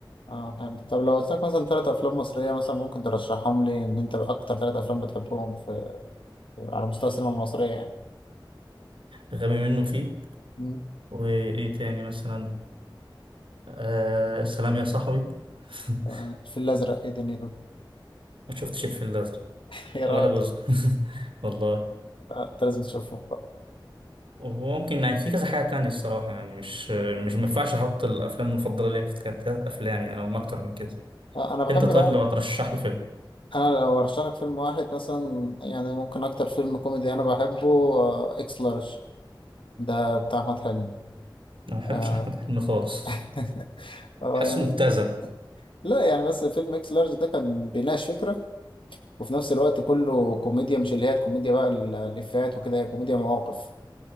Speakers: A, on the left; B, on the right.
A: اه حلو طب لو قلت لك مثلا ثلاث افلام مصريه مثلا ممكن ترشحهم لي ان انت اكتر ثلاث افلام بتحبهم في على مستوى السينما المصريه يعني
B: غبي منه فيه
A: مم.
B: وإيه تاني مثلا آه سلام يا صاحبي <laughs>
A: آه، الفيل الازرق ايه دنيته
B: ما شفتش الفيل الأزرق
A: <laughs> يا راجل
B: ولا جزء <laughs> والله
A: لا، انت لازم تشوفه
B: وممكن يعني في كذا حاجة تانية الصراحة يعني مش مش مينفعش أحط الأفلام المفضلة ليا في كانت أفلام يعني أو ما أكتر من كده
A: آه، انا بحب
B: انت طيب
A: بقى
B: لو هترشح لي فيلم
A: انا لو ارشح لك فيلم واحد مثلا يعني ممكن اكتر فيلم كوميدي انا بحبه آه، اكس لارج ده بتاع احمد حلمي
B: انا ما بحبش
A: آه،
B: احمد حلمي خالص
A: <laughs> اه
B: حاسه
A: يعني
B: مبتذل
A: لا يعني بس فيلم اكس لارج ده كان بيناقش فكرة وفي نفس الوقت كله كوميديا مش اللي هي الكوميديا بقى ال- الإفيهات وكده هي كوميديا مواقف